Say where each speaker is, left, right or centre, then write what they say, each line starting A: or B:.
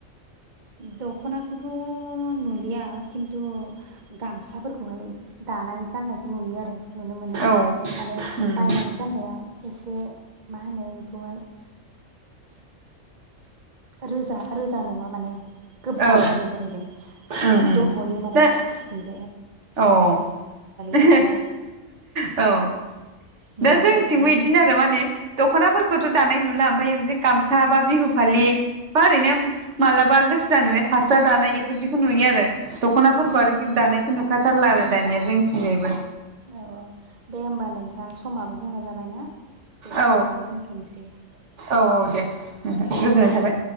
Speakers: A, on the right (about 40°); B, on the right (about 60°).
A: दखनाखौथ नुलिया खिन्थु गामसाफोरखौहाय दानानै गाननायखौ नुयो आरो। नुनो मोनो
B: औ
A: माने
B: उम
A: बायनानै गाननाया एसे मा होनो बेखौहाय। रोजा रोजा नङा माने। गोबा
B: औ
A: जायै जाहैदों
B: उम उम
A: दह यो माने
B: दा
A: थाफ्लिथिं।
B: औ औ
A: गाननाया
B: <unintelligible>
A: बेनिफ्राय
B: दा जोंनिथिंबो
A: आरो
B: बिदिनो आरो माने। दखनाफोरखौथ दानाय नुला ओमफ्राय ओरैनो गामसा बा बिहु फालि बा ओरैनो मालाबा गोसो जानानै फास्रा दानाय बेफोरदिखौ नुयो आरो दखनाफोरखौ
A: औ
B: आरोखि
A: औ
B: दानायखौ नुखाथारला आरो दानिया जोंनिथिंजायबो।
A: औ दे होमब्लाा नोंथां। नोंथां समाबो जोंना जाबायना बेखिनियावनो
B: औ
A: दोनथनोसै
B: औ
A: दे।
B: नोंथां गोजोननाय थाबाय